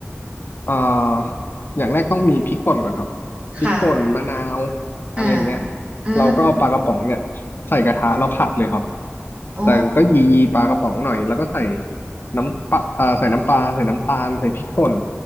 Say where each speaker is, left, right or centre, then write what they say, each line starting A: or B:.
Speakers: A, on the left (about 50°); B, on the right (about 25°).
A: เอ่ออย่างแรกต้องมีพริกป่นก่อนครับพริกป่นมะนาว
B: ค่ะ
A: อะไรเงี้ย
B: อ่าอ่า
A: เราก็เอาปลากระป๋องเนี่ยใส่กระทะแล้วผัดเลยครับ
B: อ๋อ
A: แต่ก็ยีปลากระป๋องหน่อยแล้วก็ใส่น้ำปลาเอ่าใส่น้ำปลาใส่น้ำตาลใส่พริกป่น